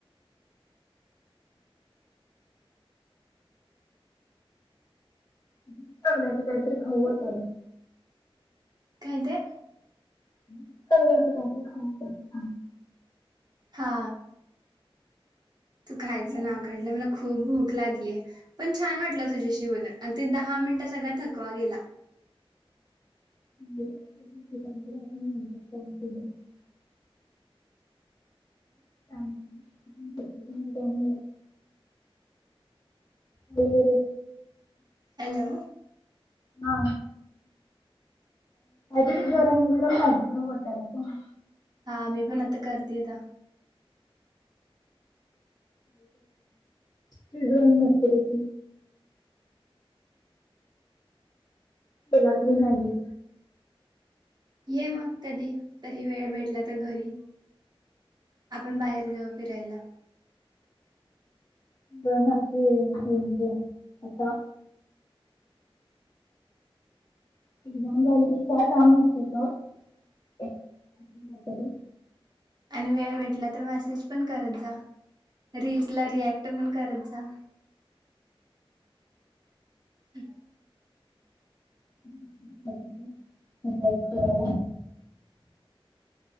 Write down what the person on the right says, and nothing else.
काय ते.
हा तू खायचं
नाव काढलं मला खूप भूक. लागली पण छान वाटलं तुझ्याशी बोलून अगदी दहा मिनट सगळ थकवा गेला.
हॅलो
हा मी पण आता करते आता.
ये मग कधी तरी वेळ भेटला तर घरी आपण बाहेर जाऊ फिरायला.
आणि वेळ भेटला तर मेसेज पण करत जा रीलस ला रिएक्ट पण करत जा. हम्